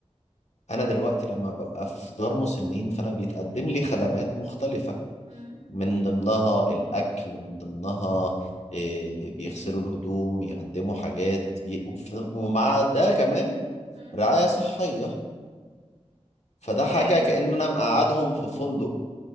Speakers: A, on the left; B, on the right.
A: انا
B: طيب
A: دلوقتي لما ببقى في دار مسنين فانا بيتقدم لي خدمات مختلفة
B: مم.
A: من ضمنها الاكل من ضمنها آه بيغسلوا الهدوم يقدموا حاجات بي... وف- ومع ده كمان
B: مم.
A: رعاية صحية فده
B: تمام
A: حاجة كأن انا مقعدهم في فندق